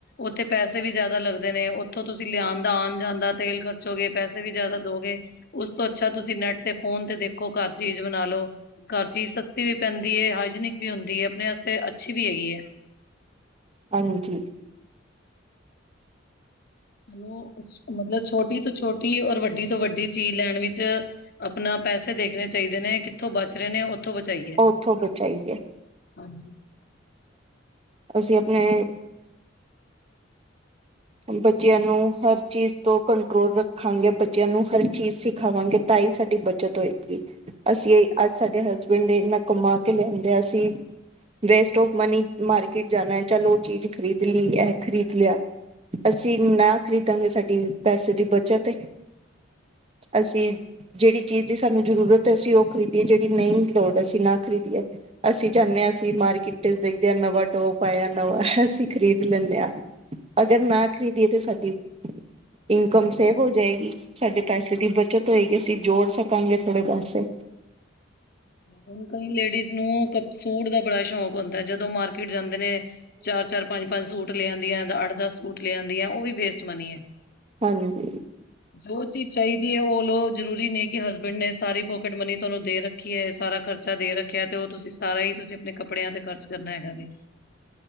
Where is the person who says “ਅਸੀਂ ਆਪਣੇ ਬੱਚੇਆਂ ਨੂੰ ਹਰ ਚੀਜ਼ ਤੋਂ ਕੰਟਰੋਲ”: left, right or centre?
Right